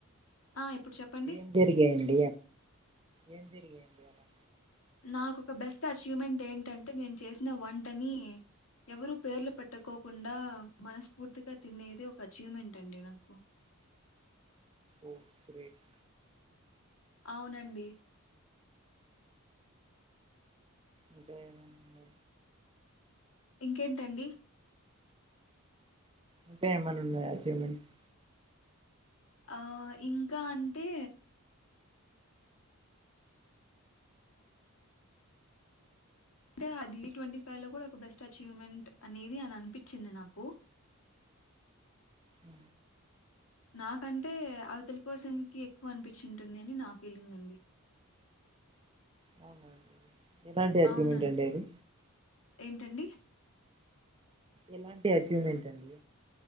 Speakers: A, on the left (about 75°); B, on the right (about 25°).
A: ఆ ఇప్పుడు చెప్పండి
B: ఏం జరిగయండి ఏం జరిగడి అలా
A: నాకు ఒక బెస్ట్ అచీవ్మెంట్ ఏంటంటే నేను చేసిన వంటని ఎవరు పేర్లు పెట్టుకోకుండా మనస్ఫూర్తిగా తినేది ఒక అచీవ్మెంట్ అండి నాకు
B: ఓ గ్రేట్
A: అవునండి
B: ఇంకా ఏమైనా
A: ఇంకేంటండి
B: ఇంకా ఏమన్నా ఉన్నాయా అచీవ్మెంట్స్
A: ఆ ఇంకా అంటే అంటే అది ట్వంటీ ఫైవ్ లో కూడా ఒక బెస్ట్ అచీవ్మెంట్ అనేది అని అనిపించింది నాకు
B: అ
A: నాకంటే అవతల పర్సన్ కి ఎక్కువ అనిపించి ఉంటుంది అని నా ఫీలింగ్ అండి
B: అవునండి ఎలాంటి అచీవ్మెంట్
A: అవునండి
B: అండి అది
A: ఏంటండి
B: ఎలాంటి అచీవ్మెంట్ అండి